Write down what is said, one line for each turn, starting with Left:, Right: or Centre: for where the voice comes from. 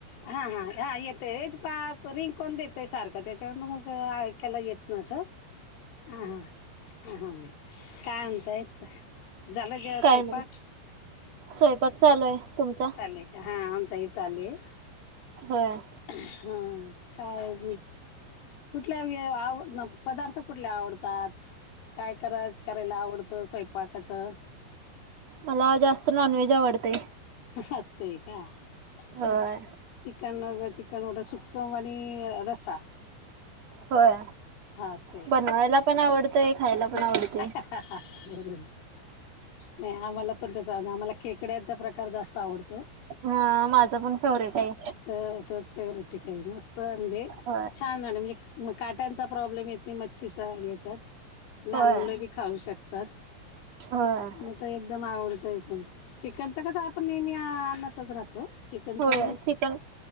Left: हा हा हा येतय. का रिंग कोण देते सारखं. त्याच्यामुळे ऐकायला येत नाही. म आता? हा हा. ह हां. काय म्हणताय? झालं जे
Right: काय
Left: स्वयंपाक?
Right: नाही स्वयंपाक चालूये. तुमचा?
Left: नाही का, हा आमचा ही चालूये.
Right: होय.
Left: हा काय मीच कुठल्या आवड पदार्थ कुठले आवडतात? काय कराय करायला आवडतं स्वयंपाकाचं?
Right: मला जास्त नॉनव्हेज आवडतय.
Left: असय का?
Right: होय
Left: म चिकन चिकन विट सुप कोम आणि रसा.
Right: होय.
Left: असे
Right: बनवायला
Left: हां
Right: पण आवडतय, खायला पण
Left: आणि
Right: आवडतेय.
Left: बरोबर. नाही आम्हाला पण त्या आम्हाला खेकड्याचा प्रकार जास्त आवडतो.
Right: हा माझं पण फेवरेटय.
Left: त तोच फेवरेट आहे ताई. मस्त म्हणजे
Right: होय
Left: छान म्हणजे छान आणि काट्यांचा प्रॉब्लेम येते मच्छीच्या याच्यात. लहान
Right: होय
Left: मुलं बी खाऊ शकतात.
Right: होय
Left: मी तर एकदम आवडतय इथुन चिकनच कस आपण नेहमी अअ आणतच राहतो. चिकनच
Right: होय
Left: होत
Right: चिकन